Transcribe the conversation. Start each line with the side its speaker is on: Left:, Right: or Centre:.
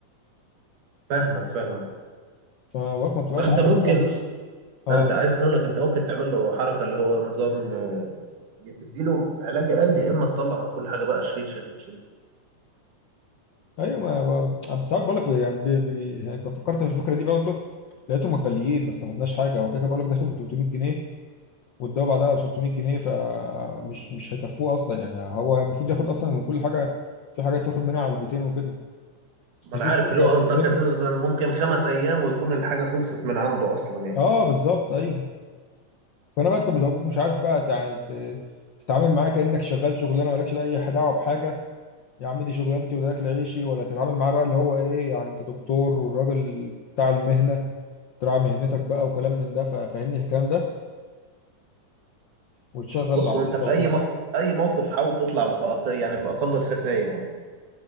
Right: فاهمك فاهمك
Left: فوقت ما بتبقاش
Right: ما انت
Left: عارف
Right: ممكن
Left: بقى اه
Right: انت عايز اقول لك انت ممكن تعمل له حركه اللي هو نظام آه، يا تدي له علاج قال يا اما تطلع من كل حاجه بقى شريط شريط شريط
Left: ايوه ما ب- بس بقول لك يعني بي- بي- يعني كنت فكرت في الفكره دي برضه لقيتهم غاليين ما استفدناش حاجه هو كده كده بقول لك داخل ب 300 جنيه والدواء بعدها ب 600 جنيه فمش مش هيكفوه اصلا يعني هو المفروض ياخد اصلا من كل حاجه في حاجات ياخد منها على البيتين وكده
Right: ما
Left: مش
Right: انا
Left: دي
Right: عارف
Left: الفكره
Right: اللي هو قصدك
Left: الفكره
Right: اساسا مثلا ممكن خمس ايام ويكون الحاجه خلصت من عنده اصلا يعني
Left: اه بالظبط ايوه فانا بقى انت بتبقى مش عارف بقى يعني ت- تتعامل معاه كانك شغال شغلانه مالكش اي دعوه بحاجه يا عم دي شغلانتي وده اكل عيشي ولا تتعامل معاه بقى اللي هو ايه يعني انت دكتور والراجل بتاع المهنه تراعي مهنتك بقى وكلام من ده ففهمني الكلام ده وتشغل
Right: بص
Left: العاطفه
Right: هو انت في
Left: وكده
Right: اي م... اي موقف حاول تطلع بأق... يعني باقل الخسائر يعني